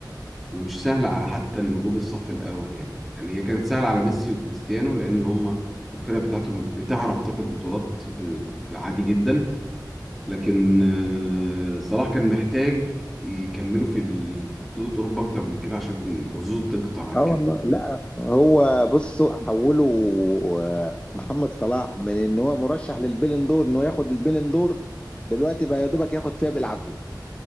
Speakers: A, in the centre; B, on the left (about 15°).
A: ومش سهلة على حتى النجوم الصف الأول يعني يعني هي كانت سهلة على ميسي وكريستيانو لأن هما الفرق بتاعتهم بتعرف تاخد بطولات ب- عادي جدا لكن آه، صلاح كان محتاج يكملوا في ال... في بطولة أوروبا أكتر من كده عشان حظوظه تكتر عن
B: اه والله
A: كده
B: لا هو بصوا حولوا آه، محمد صلاح من إن هو مرشح للبيلين دور إنه ياخد البيلين دور دلوقتي بقى يا دوبك ياخد فيها بالعافية